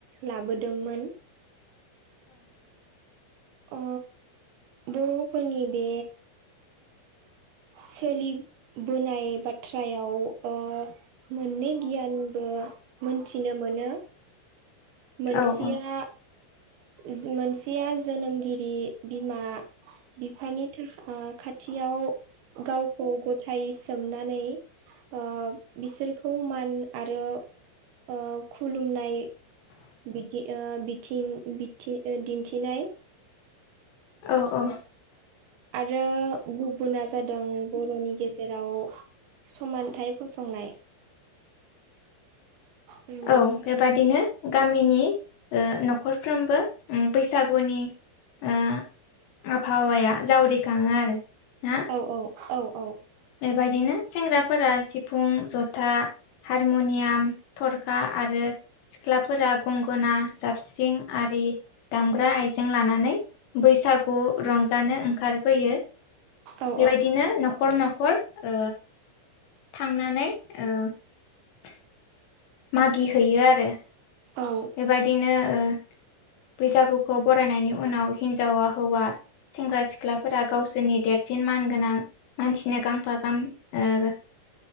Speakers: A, on the right; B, on the left.
A: लाबोदोंमोन। ओ बर'फोरनि बे सोलिबोनाय बाथ्रायाव ओ मोनै गियानबो मोनथिनो मोनो मोनसेया
B: औ
A: जो मोनसेया जोनोमगिरि बिमा बिफानि थाखा खाथियाव गावखौ गथाय सोमनानै ओ बिसोरखौ मान आरो ओ खुलुमनाय बिदि ओ बिथिं बिथि ओ दिन्थिनाय
B: औ औ।
A: ओ आरो गुबुना जादों बर'नि गेजेराव समानथाइ फसंनाय। उम
B: औ बेबादिनो गामिनि ओ न'खरफ्रोमबो ओम बैसागुनि ओ आबहावाया जावरिखाङो आरो ना
A: औ औ-औ-औ
B: बेबायदिनो सेंग्राफोरा सिफुं, जथा हारमुनियाम, थरखा आरो सिख्लाफोरा गंगना जाबस्रिं आरि दामग्रा आइजें लानानै बैसागु रंजानो ओंखारबोयो
A: औ
B: बेबायदिनो नख खर ओ थांनानै ओ मागि हैैयो आरो
A: औ
B: बेबायदिनो ओ बैसागुखौ बरायनायनि उनाव हिनजावा हौवा सेंग्रा सिख्लाफोरा गावसोरनि देरसिन मान गोनां मानसिनो गांफा गां ओ